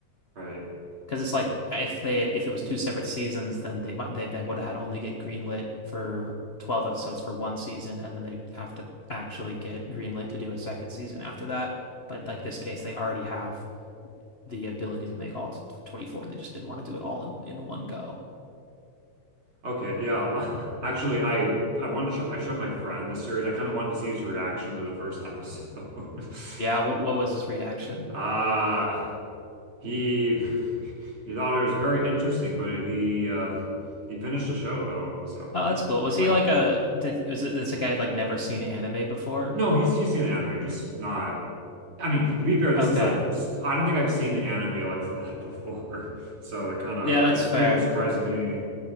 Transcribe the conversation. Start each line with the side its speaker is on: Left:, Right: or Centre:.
Right: Right.
Left: Because it's like
Right: But
Left: if they had, if it was two separate seasons, then they might they, they would have had only get greenlit for 12 episodes for one season, and then they have to actually get greenlit to do a second season after that. But like this case, they already have the ability to make all 24. They just didn't want to do it all in, in one go.
Right: okay, yeah. <laughs> Actually, I I wanted to show I showed my friend this series. I kind of wanted to see his reaction to the first episode. <laughs>
Left: Yeah, what what
Right: Uh,
Left: was his reaction?
Right: Ah, He <laughs> he thought it was very interesting, but he uh he finished the show though, so
Left: Oh,
Right: he,
Left: that's cool. Was
Right: he liked
Left: he like
Right: it.
Left: a did, was it, this a guy who'd like never seen anime before?
Right: No, he's he's seen the anime, just not. I mean, to be fair, this
Left: Okay.
Right: is like s- I don't think I've seen an anime like that <laughs> before, so it kind of
Left: Yeah, that's
Right: it
Left: fair.
Right: even surprised me.